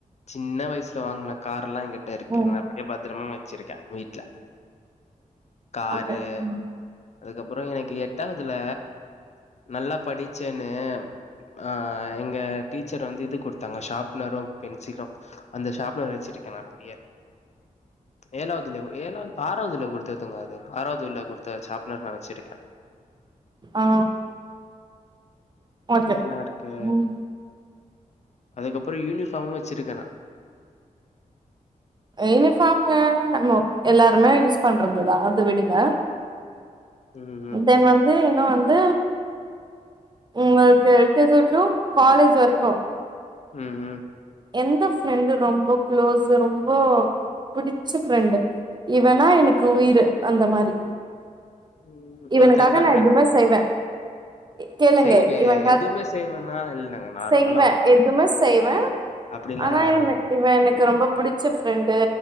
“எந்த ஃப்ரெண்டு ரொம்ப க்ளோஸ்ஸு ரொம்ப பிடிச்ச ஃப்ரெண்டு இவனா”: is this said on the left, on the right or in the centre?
Right